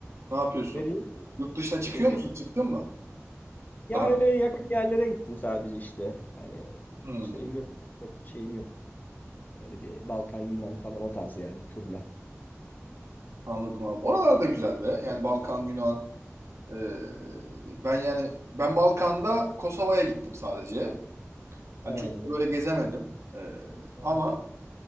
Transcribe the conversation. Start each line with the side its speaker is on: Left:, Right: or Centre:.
Right: Ne yapıyorsun?
Left: Nereye?
Right: Yurt dışına çıkıyor
Left: Nereye?
Right: musun? Çıktın mı?
Left: Ya
Right: Daha
Left: öyle yakın yerlere gittim sadece işte. Yani
Right: Hmm,
Left: şeyim yok. Çok şeyim yok. Öyle bir Balkan, Yunan falan o tarzı yani turla.
Right: anladım abi. Oralar da güzel be. Yani Balkan, Yunan. Ee, ben yani ben Balkan'da Kosova'ya gittim sadece.
Left: Ha,
Right: Hani çok da böyle gezemedim. Ee,
Left: evet.
Right: ama